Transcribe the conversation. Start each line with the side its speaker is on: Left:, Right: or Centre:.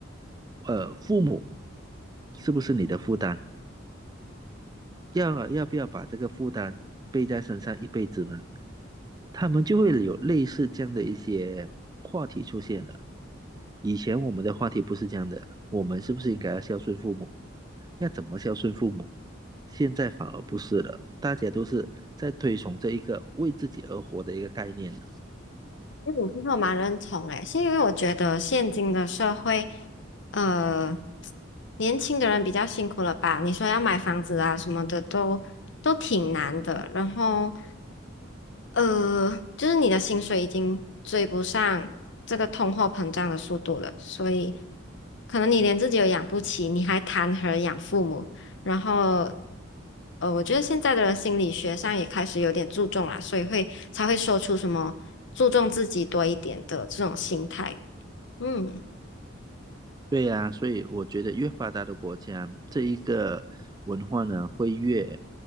Right: 呃，父母是不是你的负担？要啊要不要把这个负担背在身上一辈子呢？他们就会有类似这样的一些话题出现了。以前我们的话题不是这样的，我们是不是应该要孝顺父母？要怎么孝顺父母？现在反而不是了，大家都是在推崇这一个为自己而活的一个概念呢。
Left: 嗯，其实我蛮认同诶，是因为我觉得现今的社会，呃，年轻的人比较辛苦了吧？你说要买房子啊什么的都都挺难的，然后，呃，就是你的薪水已经追不上这个通货膨胀的速度了，所以可能你连自己都养不起，你还谈何养父母？然后，呃，我觉得现在的心理学上也开始有点注重啦，所以会才会说出什么注重自己多一点的这种心态。嗯，
Right: 对呀、所以我觉得越发达的国家，这一个文化呢会越